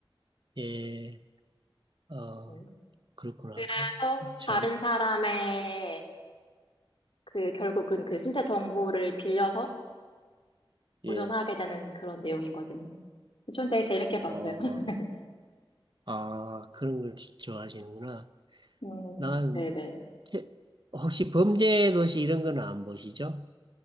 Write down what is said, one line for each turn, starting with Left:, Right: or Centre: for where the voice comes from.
Right: 예, 어,
Left: 음.
Right: 그렇구나.
Left: 그래서
Right: 그, 참,
Left: 다른 사람의 그, 결국은 그 신체 정보를 빌려서 도전하게
Right: 예.
Left: 되는 그런 내용이거든요. 전 되게 재밌게 봤어요.
Right: 어,
Left: <laughs>
Right: 아, 그런 걸 좋아하시는구나.
Left: 음,
Right: 난
Left: 네네.
Right: 최- 혹시 범죄 도시 이런 거는 안 보시죠?